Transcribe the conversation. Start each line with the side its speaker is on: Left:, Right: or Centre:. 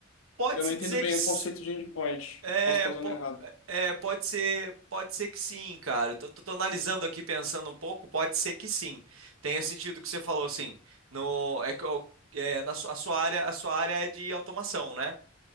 Right: pode-se
Left: Eu não entendo
Right: dizer
Left: bem
Right: que s-
Left: o conceito de endpoint.
Right: é,
Left: Posso estar usando
Right: po-
Left: errado.
Right: é, pode ser, pode ser que sim, cara. Eu Tô, tô, tô analisando aqui, pensando um pouco, pode ser que sim. Tenha sentido o que você falou, assim. No, é, que eu- é, na sua, a sua área, a sua área é de automação, né?